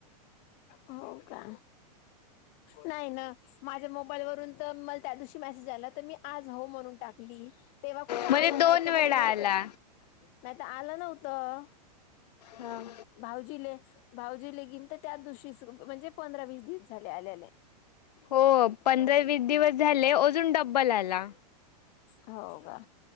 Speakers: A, on the left; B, on the left.
A: हो का? नाही ना. माझ्या मोबाईलवरून तर मला त्या दिवशी म्यासेज- झाला तर मी आज हो म्हणून टाकली. तेव्हा कुठं आला
B: म्हणजे दोन
A: नाही तर
B: वेळा
A: मंग
B: आला
A: - नाही त आलं नव्हतं.
B: हां.
A: भाऊजीले, भाउजीले <unintelligible> तर त्याच दिवशी म्हणजे पंधरा वीस दिस झाले आल्याले.
B: हो. पंधरा वीस दिस झाले अजून डब्बल आला.
A: हो का?